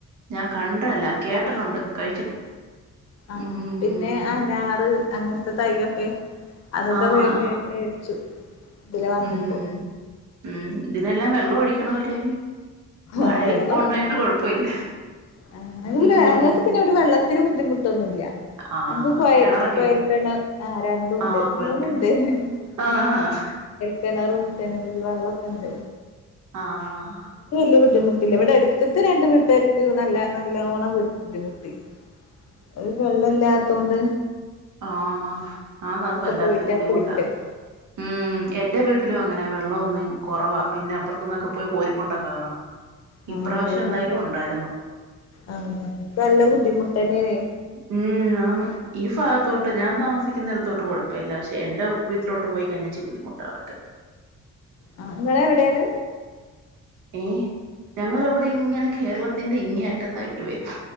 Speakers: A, on the right; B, on the left.
A: ഞാ കണ്ടല്ല കേട്ടിട്ടുണ്ട് കഴിച്ചിട്ടില്ല
B: ആ
A: ഉം
B: പിന്നെ അനാറ് അങ്ങൻത്തെ തയ്യൊക്കെ അതൊക്കെ
A: ആഹ്
B: വ മേ മേട്ച്ചു. തില വന്നപ്പോ
A: ഉം ഉം ഇതിനെല്ലാം വെള്ളം ഒഴിക്കണല്ലോ ഇനി മഴ
B: ആ വെള്ളം
A: ഇപ്പ ഉണ്ടായോണ്ട് കൊഴപ്പമില്ല
B: അ
A: ഉം
B: ഞങ്ങക്ക് പിന്നെ വെള്ളത്തിന് ബുദ്ധിമുട്ടൊന്നുല്ല.
A: ആഹ്
B: ഞങ്ങക്ക്
A: കിണറൊക്കെ
B: കോയൽക്കണറ്
A: ഉണ്ട്
B: ആ രണ്ടുംണ്ട്
A: ആഹ് കുഴൽക്കിണർ
B: മൂന്നുംണ്ട് ആ
A: ആഹ്
B: കെണറും ജല നിധി വള്ള ത് ണ്ട്
A: ആഹ
B: ബുദ്ധിമുട്ടില്ല ഇവിടെ അടുത്ത രണ്ട് വീട്ടാർക്ക് നല്ല നല്ലോണ്ണം ബുദ്ധിമുട്ട് അത് വെള്ളല്ല തോണ്ട്
A: ആ ആന്ന അത് വല്ലാത്തൊരു
B: പോയിട്ടാ
A: ബുദ്ധിമുട്ടാ
B: കുളിക്കല്
A: ഉം എന്റെ വീട്ടി ത്തിലും അങ്ങനെ വെള്ളം ഒന്നും കുറവാ പിന്നെ അപ്പറത്ത നിന്നൊക്കെ പോയി കോരിക്കൊണ്ടൊക്കെ വരണം
B: ആഹ്
A: ഇപ്രാവശ്യം
B: അത്
A: എന്തായാലും
B: നല്ല
A: ഉണ്ടായിരുന്നു
B: ആഹ് ഇൻക്ക് നല്ല ബുദ്ധിമുട്ടെന്നേണേ
A: ഉം ആന്ന് ഈ ഫ ഇത്തോട്ട് ഞാ താമിക്കുന്നിടത്തോട്ട് കുഴപ്പമല്ല പക്ഷെ എന്റെ വീട്ടിലോട്ട് പോയി കഴിഞ്ഞ ച്ചിരി ബുദ്ധിമുട്ട വിടെയൊക്കെ
B: ആ ങ്ങള എവിടേണ്
A: ഏ ഞങ്ങൾ എവിടെ ഇങ്ങനെ കേരളത്തിറെ ഇങ്ങ അറ്റത്തായിട്ട് വരും